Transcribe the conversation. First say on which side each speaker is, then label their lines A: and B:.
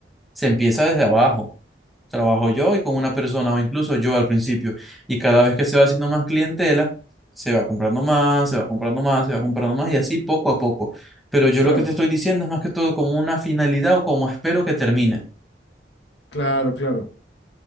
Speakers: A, in the centre; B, on the left.
A: Se empieza desde abajo. Trabajo yo y con una persona o incluso yo al principio. Y cada vez que se va haciendo más clientela, se va comprando más, se va comprando más, se va comprando más y así poco a poco. Pero yo
B: claro,
A: lo que te estoy diciendo es más que todo como una finalidad o como espero que termine.
B: claro, claro.